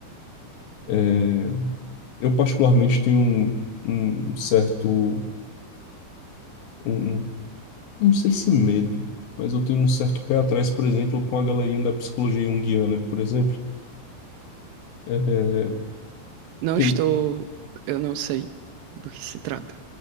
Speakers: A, on the left; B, on the right.
A: É, eu, particularmente, tenho um um um certo. um, um Não sei se medo, mas eu tenho um certo pé atrás, por exemplo, com a galerinha da psicologia junguiana, por exemplo. É, é,
B: não
A: tem,
B: estou. Eu não sei do que se trata.